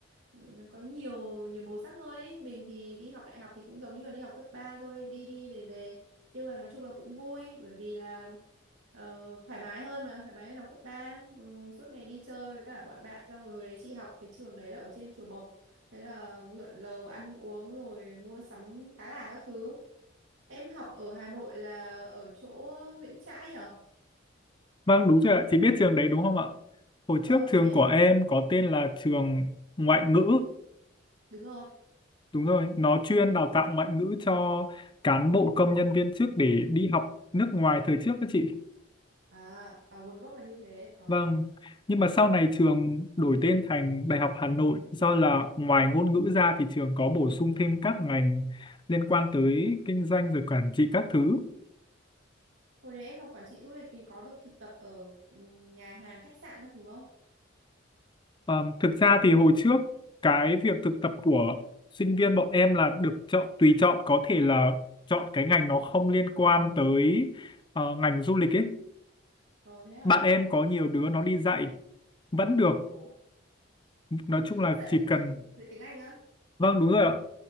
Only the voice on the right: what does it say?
ừ, nó có nhiều nhiều màu sắc hơn ấy mình thì đi học đại học thì cũng giống như là đi học cấp 3 thôi đi đi về về nhưng mà nói chung là cũng vui bởi vì là ờ, thoải mái hơn mà thoải mái hơn học cấp ba ừ, suốt ngày đi chơi với cả bọn bạn xong rồi hồi đấy chị học cái trường đấy là ở trên Chùa Bộc thế là lượn lờ ăn uống rồi mua sắm tá là các thứ em học ở Hà Nội là ở chỗ Nguyễn Trãi nhở?
Ờ
chị
biết,
đúng rồi.
À, à nguồn gốc là như thế. Ờ.
Ừ.
Hồi đấy em học quản trị du lịch thì có được thực tập ở ừ, nhà hàng khách sạn các thứ không?
Ờ thế à?
Ủa,
đi
dạy
dạy
dạy tiếng Anh á?